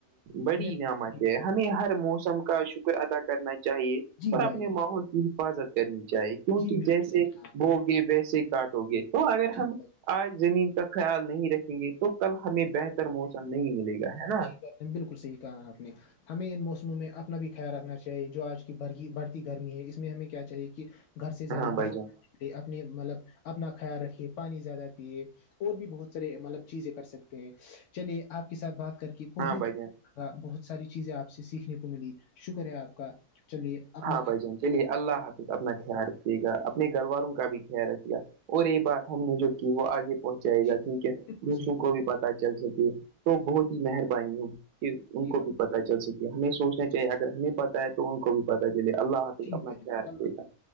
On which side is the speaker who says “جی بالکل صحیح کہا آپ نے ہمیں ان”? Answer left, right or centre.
Left